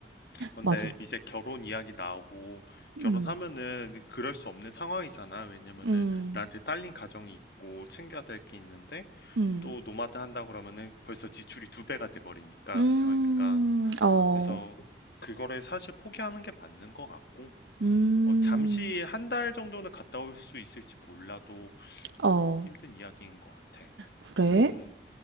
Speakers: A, on the left; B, on the right.
A: 근데
B: 맞아.
A: 이제 결혼 이야기 나오고
B: 음.
A: 결혼하면은 그럴 수 없는 상황이잖아. 왜냐면은
B: 음.
A: 나한테 딸린 가정이 있고 챙겨야 될 게 있는데
B: 음.
A: 또 노마드 한다 그러면은 벌써 지출이 두 배가 돼 버리니까
B: 음.
A: 생활비가.
B: 어.
A: 그래서 그거를 사실 포기하는 게 맞는 것 같고
B: 음.
A: 어, 잠시 한 달 정도는 갔다 올 수 있을지 몰라도
B: 어.
A: 어, 힘든 이야기인 것 같아.
B: 그래?
A: 음,